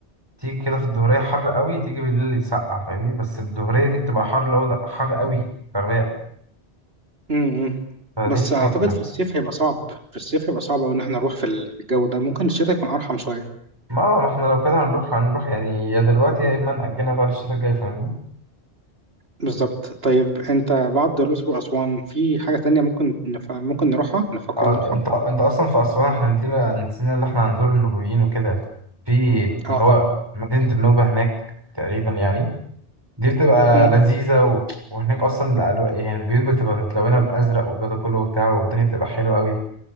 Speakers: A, on the right (about 20°); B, on the right (about 60°).
A: تيجي كده في الظهرية حر قوي تيجي بالليل يتسقع فاهمني بس الظهرية دي بتبقى حر اللي هو ده حر قوي بغباء
B: امم
A: فدي
B: بس
A: الفكرة
B: اعتقد في الصيف هيبقى صعب في الصيف هيبقى صعب أوي ان احنا نروح في الجو ده ممكن الشتاء يكون ارحم شوية
A: ما آه، ما احنا لو كده هنروح هنروح يعني يا دلوقتي يا إما نأجلها بقى للشتا الجاي فاهمني
B: بالظبط طيب انت بعد الأقصر وأسوان في حاجة تانية ممكن نف... ممكن نروحها نفكر
A: اه
B: نروحها
A: انت انت أصلا في أسوان احنا نسينا نسينا اللي احنا هنزور النوبيين وكده في
B: اه
A: اللي
B: طبعا
A: هو مدينة النوبة هناك تقريبا يعني دي بتبقى
B: امم
A: لذيذة و... وهناك أصلا الألو- يعني البيوت بتبقى متلونة بأزرق والجو ده كله وبتاع والدنيا بتبقى حلوة أوي